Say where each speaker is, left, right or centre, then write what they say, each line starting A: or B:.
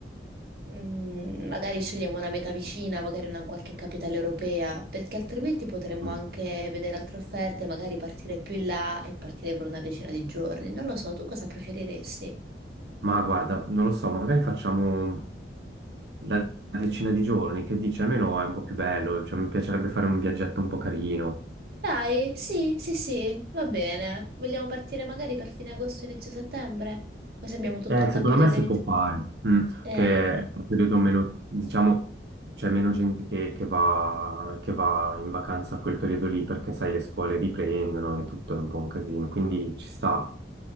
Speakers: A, on the right (about 60°); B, on the right (about 70°).
A: mm, magari scegliamo una meta vicina, magari una in qualche capitale europea, perché altrimenti potremmo
B: mm.
A: anche vedere altre offerte, magari partire più in là e partire per una decina di giorni. Non lo so, tu cosa preferiresti?
B: Ma guarda, non lo so, magari facciamo la decina di giorni, che dici, almeno è un po' più bello, cioè, mi piacerebbe fare un viaggetto un po' carino.
A: Dai, sì, sì, sì, va bene. Vogliamo partire magari per fine agosto, inizio settembre? Così abbiamo tutto
B: Eh,
A: il tempo
B: secondo
A: di
B: me
A: organizzare.
B: si può fare, mm,
A: Eh,
B: che è un periodo meno, diciamo, c'è meno gente che, che va, che va in vacanza a quel periodo lì perché, sai, le scuole riprendono e tutto è un po' un casino, quindi ci sta.